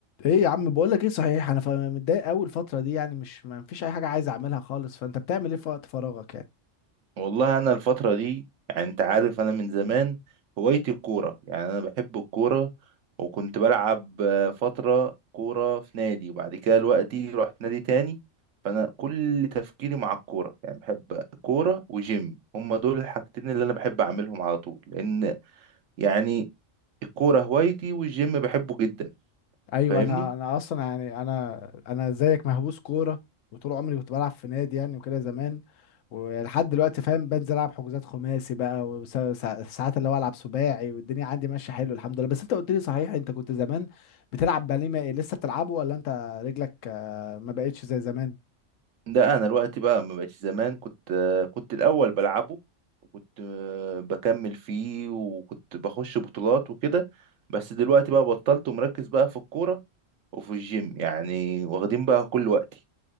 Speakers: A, on the left; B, on the right.
A: ايه يا عم بقول لك ايه صحيح انا ف- متضايق قوي الفتره دي يعني مش ما فيش اي حاجه عايز اعملها خالص فانت بتعمل ايه في وقت فراغك يعني
B: والله انا الفتره دي يعني انت عارف انا من زمان هوايتي الكوره يعني انا بحب الكوره وكنت بلعب آه، فتره كوره في نادي وبعد كده دلوقتي رحت نادي تاني فانا كل تفكيري مع الكوره يعني بحب كوره وجيم هما دول الحاجتين اللي انا بحب اعملهم على طول لان يعني الكوره هوايتي والجيم بحبه جدا
A: ايوه
B: فاهمني
A: انا انا اصلا يعني انا انا زيك مهووس كوره وطول عمري كنت بلعب في نادي يعني وكده زمان ولحد دلوقتي فاهم بنزل العب حجوزات خماسي بقى وساعات اللي هو العب سباعي والدنيا عندي ماشيه حلو الحمد لله بس انت قلت لي صحيح انت كنت زمان بتلعب باليه ما- لسه بتلعبه ولا انت رجلك آه، ما بقتش زي زمان
B: ده انا دلوقتي بقى ما بقتش زمان كنت آه، كنت الاول بلعبه وكنت آه، بكمل فيه وكنت بخش بطولات وكده بس دلوقتي بقى بطلت ومركز بقى في الكورة وفي الجيم يعني واخدين بقى كل وقتي